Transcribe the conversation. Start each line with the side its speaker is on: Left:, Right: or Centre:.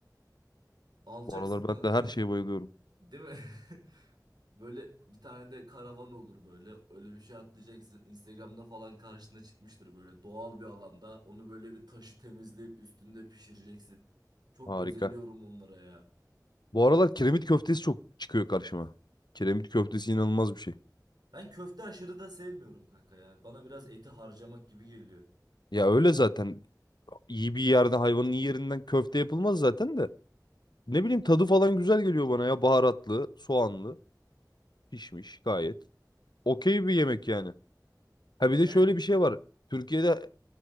Right: Alacaksın
Left: Bu aralar
Right: kanka.
Left: ben de her şeye bayılıyorum.
Right: Değil mi? <laughs> Böyle bir tane de karavan olur böyle. Öyle bir şey atlayacaksın. Instagram'da falan karşına çıkmıştır böyle doğal bir alanda. Onu böyle bir taşı temizleyip üstünde pişireceksin. Çok
Left: Harika.
Right: özeniyorum onlara ya.
Left: Bu aralar kiremit köftesi çok çıkıyor karşıma. Kiremit köftesi inanılmaz bir şey.
Right: Ben köfte aşırı da sevmiyorum kanka ya. Bana biraz eti harcamak gibi geliyor.
Left: Ya öyle zaten. iyi bir yerde hayvanın iyi yerinden köfte yapılmaz zaten de. Ne bileyim tadı falan güzel geliyor bana ya. Baharatlı, soğanlı, pişmiş gayet. Okey bir yemek yani. Ha bir de
Right: Yani
Left: şöyle bir şey var. Türkiye'de